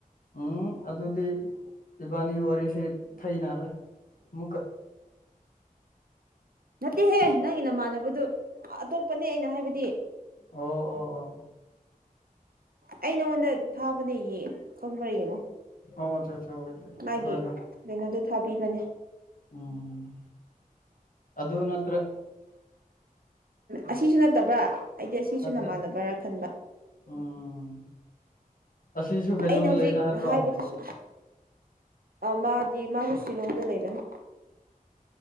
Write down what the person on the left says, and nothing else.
ꯎꯝ ꯑꯗꯨꯗꯤ ꯏꯕꯥꯅꯤ ꯋꯥꯔꯤꯁꯤ ꯊꯅꯔꯦ ꯃꯨꯛꯀ
ꯑꯣ ꯑꯣ ꯑꯣ
ꯑꯣ ꯑ ꯑꯆꯥ
ꯍ ꯍ
ꯎꯝ ꯑꯗꯨꯗ ꯅꯠꯇ꯭ꯔ
ꯅꯠꯇ꯭ꯔ
ꯎꯝ ꯑꯁꯤꯁꯨ ꯀꯩꯅꯣꯗ
ꯂꯩꯅ ꯍꯥꯏꯕ꯭ꯔꯣ
ꯑꯣ